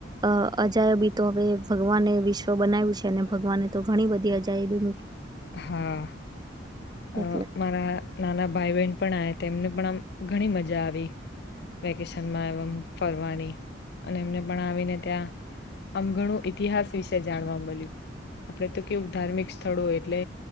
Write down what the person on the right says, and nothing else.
અ અજાયબી તો હવે ભગવાને વિશ્વ બનાવ્યું છે અને ભગવાને તો ઘણી બધી દી જાય બ
એટલે